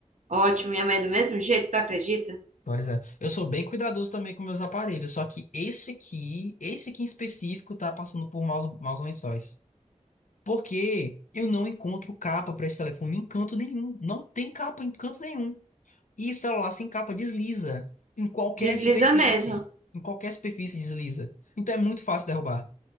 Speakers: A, on the right; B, on the left.
A: Ótimo, minha mãe é do mesmo jeito, tu acredita?
B: Pois é. Eu sou bem cuidadoso também com meus aparelhos, só que esse aqui, esse aqui em específico, tá passando por maus, maus lençóis. Porque eu não encontro capa pra esse telefone em canto nenhum. Não tem capa em canto nenhum. E o celular sem capa desliza em qualquer
A: Desliza
B: superfície.
A: mesmo.
B: Em qualquer superfície desliza. Então é muito fácil derrubar.